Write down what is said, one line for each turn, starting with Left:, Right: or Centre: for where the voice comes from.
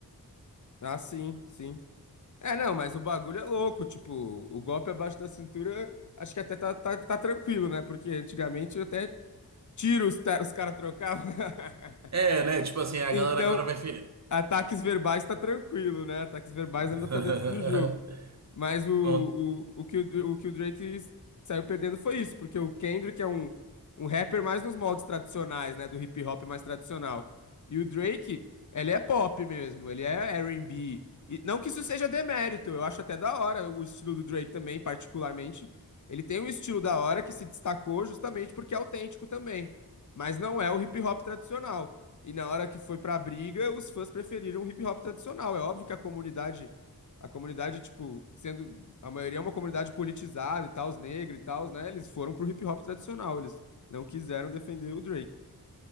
Left: Ah, sim, sim. É, não, mas o bagulho é louco, tipo, o golpe abaixo da cintura, acho que até tá, tá, tá tranquilo, né? Porque antigamente até tiro os, ta- os caras trocavam. <laughs>
Right: É, né, tipo assim, a galera
Left: Então,
Right: agora vai... fe-
Left: Ataques verbais tá tranquilo, né? Ataques verbais
Right: <laughs>
Left: ainda tá dentro do jogo. Mas o,
Right: Com
Left: o, o, que, o, o que o Drake saiu perdendo foi isso, porque o Kendrick é um, um rapper mais nos moldes tradicionais, né? Do hip hop mais tradicional. E o Drake, ele é pop mesmo, ele é R&B. E B. E não que isso seja demérito, eu acho até da hora o estilo do Drake também, particularmente. Ele tem um estilo da hora que se destacou justamente porque é autêntico também, mas não é o hip hop tradicional. E na hora que foi pra briga, os fãs preferiram o hip hop tradicional. É óbvio que a comunidade, a comunidade, tipo, sendo a maioria é uma comunidade politizada e tal, os negros e tal, né? Eles foram pro hip hop tradicional, eles não quiseram defender o Drake.